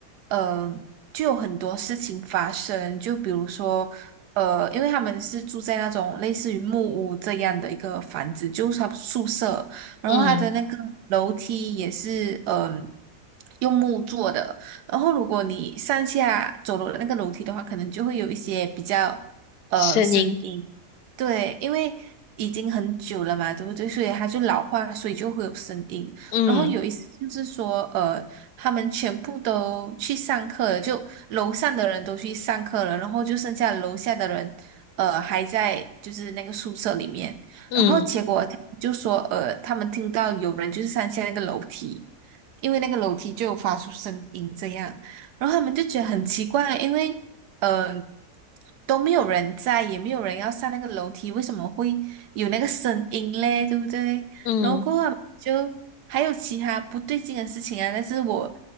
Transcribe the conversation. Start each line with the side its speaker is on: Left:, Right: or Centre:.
Right: 呃，就有很多事情发生，就比如说。呃，因为他们是住在那种类似于木屋这样的一个房子，就是他宿舍，然后他的那个楼梯也是，
Left: 嗯，
Right: 嗯、用木做的，然后如果你上下走楼的那个楼梯的话，可能就会有一些比较呃声音，
Left: 声音，
Right: 对，因为已经很久了嘛，对不对？所以它就老化，所以就会有声音。
Left: 嗯
Right: 然后有一次就是说，呃，他们全部都去上课了，就楼上的人都去上课了，然后就剩下楼下的人，呃，还在就是那个宿舍里面。
Left: 嗯
Right: 然后结果他就说，呃，他们听到有人就是上下那个楼梯。因为那个楼梯就有发出声音这样，然后他们就觉得很奇怪，因为呃都没有人在，也没有人要上那个楼梯，为什么会有那个声音嘞？对不对？
Left: 嗯
Right: 然后过后他们就还有其他不对劲的事情啊，但是我